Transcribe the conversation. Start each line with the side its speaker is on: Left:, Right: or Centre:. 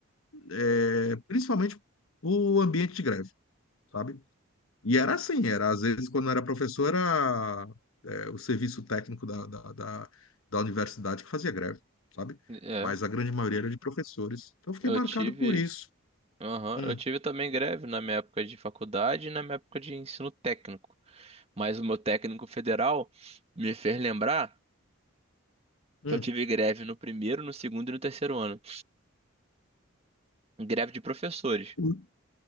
Left: é, principalmente o ambiente de greve, sabe? E era assim, era às vezes quando eu era professor era é, o serviço técnico da, da, da, da universidade que fazia greve, sabe?
Right: É,
Left: Mas a grande maioria era de professores. Então eu fiquei
Right: eu
Left: marcado
Right: tive,
Left: por isso.
Right: aham,
Left: Hum,
Right: Eu tive também greve na minha época de faculdade e na minha época de ensino técnico. Mas o meu técnico federal me fez lembrar
Left: hum.
Right: que eu tive greve no primeiro, no segundo e no terceiro ano. Greve de professores.
Left: Hum.